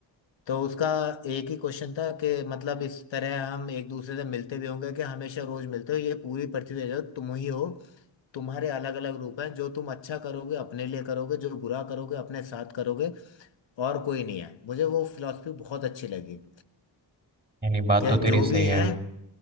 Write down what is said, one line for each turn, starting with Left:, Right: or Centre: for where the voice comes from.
Left: तो उसका एक ही क्वेश्चन था कि मतलब इस तरह हम एक दूसरे से मिलते भी होंगे कि हमेशा रोज मिलते हो ये पूरी पृथ्वी है जो तुम ही हो तुम्हारे अलग अलग रूप हैं जो तुम अच्छा करोगे अपने लिए करोगे जो बुरा करोगे अपने साथ करोगे और कोई नहीं है मुझे वो फिलॉसफी बहुत अच्छी लगी
Right: यानी बात
Left: कि
Right: तो तेरी
Left: जो
Right: सही
Left: भी है
Right: है